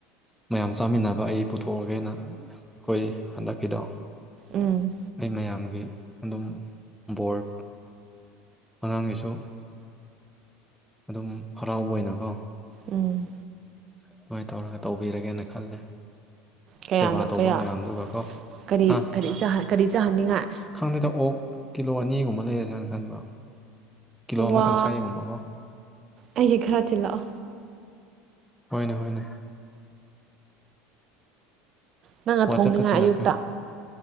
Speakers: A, in the centre; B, on the right.
A: ꯃꯌꯥꯝ ꯆꯥꯃꯤꯟꯅꯕ ꯑꯩ ꯄꯨꯊꯣꯛꯑꯒꯦꯅ ꯑꯩꯈꯣꯏ ꯍꯟꯗꯛꯀꯤꯗꯣ꯫
B: ꯎꯝ
A: ꯑꯩ ꯃꯌꯥꯝꯒꯤ ꯑꯗꯨꯝ ꯕꯣꯔ ꯑꯉꯥꯡꯒꯤꯁꯨ ꯑꯗꯨꯝ ꯍꯔꯥꯎꯕ ꯑꯣꯏꯅꯀꯣ꯫
B: ꯎꯝ
A: ꯑꯗꯨꯃꯥꯏꯅ ꯇꯧꯔꯒ ꯇꯧꯕꯤꯔꯒꯦꯅ ꯈꯜꯂꯦ꯫
B: ꯀꯌꯥꯅꯣ
A: ꯁꯦꯕꯥ ꯇꯧꯕ
B: ꯀꯌꯥ
A: ꯃꯌꯥꯝꯗꯨꯒꯀꯣ
B: ꯀꯔꯤ
A: ꯍꯥ
B: ꯀꯔꯤ ꯀꯔꯤ ꯆꯥꯍꯟꯅꯤꯡꯉꯥꯏ꯫
A: ꯈꯪꯗꯦꯗ ꯑꯣꯛ ꯀꯤꯂꯣ ꯑꯅꯤꯒꯨꯝꯕ ꯂꯩꯔꯁꯦꯅ ꯈꯟꯕ꯫ ꯀꯤꯂꯣ ꯑꯃ
B: ꯋꯥ
A: ꯇꯪꯈꯥꯏꯒꯨꯝꯕꯀꯣ
B: ꯑꯩꯒꯤ ꯈꯔ ꯊꯤꯜꯂꯛꯑꯣ꯫
A: ꯍꯣꯏꯅꯦ ꯍꯣꯏꯅꯦ
B: ꯅꯪꯅ
A: ꯋꯥꯆꯞꯇ
B: ꯊꯣꯡꯅꯤꯡꯉꯥꯏ
A: ꯊꯤꯜꯂꯛꯀꯦ
B: ꯑꯌꯨꯛꯇ꯫